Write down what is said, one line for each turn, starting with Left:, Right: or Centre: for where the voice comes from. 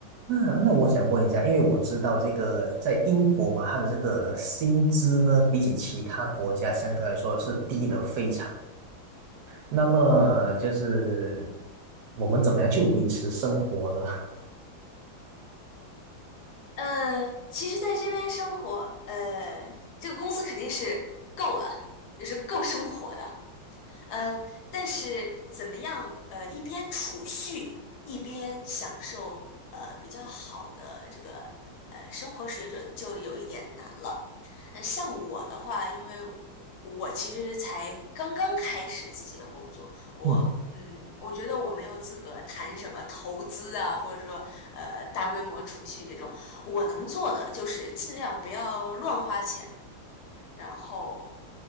Right: 那那我想问一下，因为我知道这个在英国嘛，它的这个薪资呢，比起其他国家相对来说是低的非常。那么就是我们怎么样去维持生活呢？
Left: 呃，其实在这边生活，呃，这个工资肯定是够了，也是够生活的。嗯，但是怎么样？呃，一边储蓄，一边享受呃比较好的这个呃生活水准，就有一点难了。呃，像我的话，因为我其实才刚刚开始自己的工作，我嗯，
Right: <laughs>
Left: 我觉得我没有资格谈什么投资啊，或者说呃大规模储蓄这种。我能做的就是尽量不要乱花钱。然后，